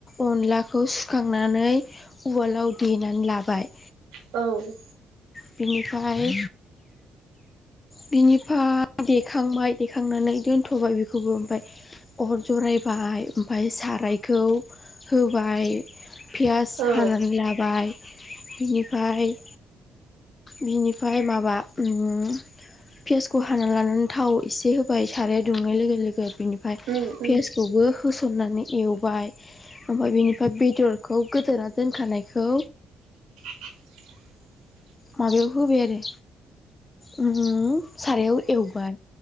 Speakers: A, on the left; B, on the right.
A: अनलाखौ सुखां नानै उवालाव देनानै लाबाय
B: औ
A: बिनिफाय बिनिफाय देखांबाय देखांनानै दोनथ'बाय बेखौबो ओमफाय अर जरायबाय ओमफाय सारायखौ होबाय पियास
B: औ
A: हानानै लाबाय बिनिफाय बिनिफाय माबा उम पियासखौ हानानै लानानै थाव एसे होबाय साराया दुंनाय लोगो लोगो बिनिफाय
B: उम उम
A: पियासखौबो होस' थननानै एवबाय ओमफाय बेनिफ्राय बेदरखौ गोदाना दोनखानायखौ
B: <unintelligible>
A: माबायाव होबाय आरो उम उम सारायाव एवबाय